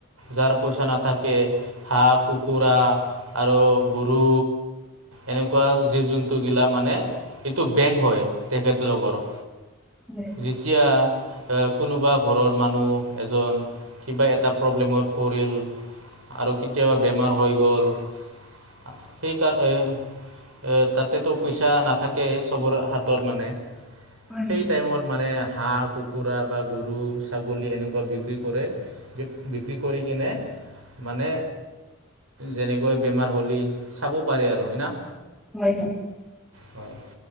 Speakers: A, on the right; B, in the centre.
A: যাৰ পইচা নাথাকে হাঁহ কুকৰা আৰ গৰু এনেকুৱা জীৱ জন্তুগিলা মানে এইটো বেংক হয় তেখেত লগৰ
B: হয়
A: যেতিয়া এ কোনোবা ঘৰত মানুহ এজন কিবা এটা প্ৰব্লেমত পৰিল আৰু কেতিয়াবা বেমাৰ হৈ গল আ সেইকাৰ এ এ তাতেতো পইচা নাথাকে চবৰ হাতত মানে
B: হয়
A: সেই টাইমত মানে হাঁহ কুকুৰা বা গৰু ছাগলী এনেকুৱা বিক্ৰী কৰে বি বিক্ৰী কৰি কিনে মানে যেনেকৈ বেমাৰ হ'লী চাব পাৰে আৰু হয়না?
B: হয় হয়
A: হয়